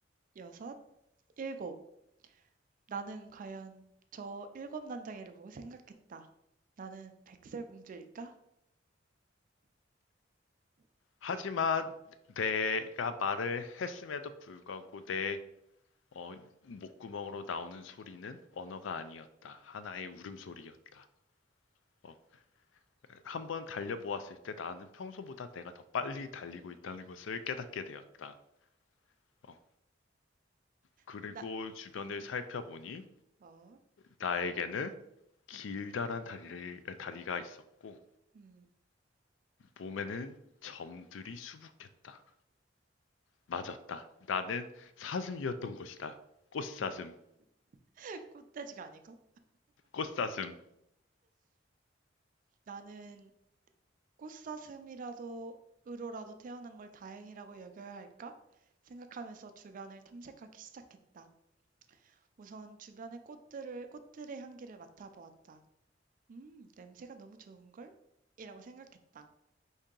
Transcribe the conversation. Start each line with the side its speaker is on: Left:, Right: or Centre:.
Right: 여섯, 일곱. 나는 과연 저 일곱 난쟁이를 보고 생각했다. 나는 백설공주일까?
Left: 하지만 내가 말을 했음에도 불구하고 내 어, 목구멍으로 나오는 소리는 언어가 아니었다. 하나의 울음소리였다. 어, 한번 달려보았을 때 나는 평소보다 내가 더 빨리 달리고 있다는 것을 깨닫게 되었다. 어, 그리고
Right: 나,
Left: 주변을
Right: 아,
Left: 살펴보니
Right: 어,
Left: 나에게는 길다란
Right: 음,
Left: 다리를, 다리가 있었고
Right: 음,
Left: 몸에는 점들이 수북했다. 맞았다. 나는 사슴이었던 것이다. 꽃사슴,
Right: <laughs> 꽃돼지가 아니고?
Left: 꽃사슴.
Right: 나는 꽃사슴이라도, 으로라도 태어난 걸 다행이라고 여겨야 할까? 생각하면서 주변을 탐색하기 시작했다. 우선 주변의 꽃들을 꽃들의 향기를 맡아보았다. 음, 냄새가 너무 좋은걸? 이라고 생각했다.